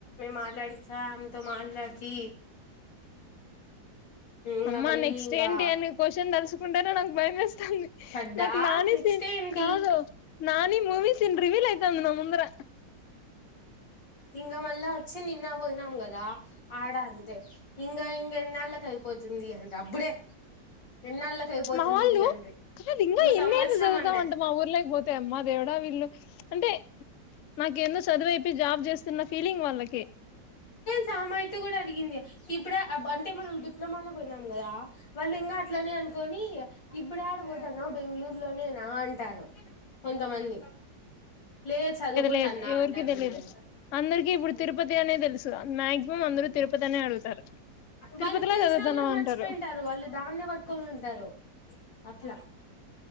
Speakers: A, on the left; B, on the left.
A: మాట్లాడిచ్చా అమెతో మాట్లాడితే ఇంకా
B: అమ్మా
A: మళ్ళీ
B: నెక్స్ట్
A: ఇంకా
B: ఏంటి అని క్వశ్చన్ తెలుసుకుంటానే నాకు భయం వేస్త
A: కదా
B: నాకు నాని
A: నెక్స్ట్
B: సే
A: ఏంటి
B: కాదు నాని మూవీస్న్ రివీల్ యవుతా అంది నా ముందర
A: ఇంగ మళ్ళ వచ్చి నిన్న పోయినాం కదా ఆడ అంతే హింగ హింగ నల్ కైపోతే వస్తుంది అంటే అప్పుడే ఎన్నాళ్ళకి అయిపోతుంది
B: మా వాళ్ళు
A: అండ్రి
B: అది ఇంకా
A: ఇంగ
B: ఎన్నియిలు
A: సంవత్సరం
B: చదువుతావు
A: అన్నా
B: అంట మా ఊర్ లేకపోతే అమ్మా దేవుడా వీళ్ళు అంటే నాకేందుో చదువే ఇ జాబ్ జె చిన్న ఫీలింగ్ వాళ్ళకి
A: సామాయత కూడా అడిగింది ఇప్పుడ అంటే మనం డిప్లొమాలో పోయినాం కదా వాళ్ళు ఇంకా అట్లనే అనుకని ఇబ్ప్పుడే ఆడపోతారున్నా్ బెంగళూరు ఇలోనే నా అంటారు కొంతమంది లేదు చదువుకుంట
B: లేదు
A: అన్నా
B: ఎవరికి
A: అంటాప్పుడు
B: తెలీదు
A: నేను
B: అందరికి ఇప్పుడు తిరుపతి అనే తెలుసురాను మా్యాక్సిమం అందరూ తిరుపతి అనే అడుగుతారు
A: వాళ్ళకి
B: తిరుపతిలో
A: తెలిసినా
B: చదువుతాన్నావ్
A: కూడా మర్చిపోయింటారు
B: అంటారు
A: వాళ్ళు దాన్ని పట్టుకొని ఉంటారు అట్లా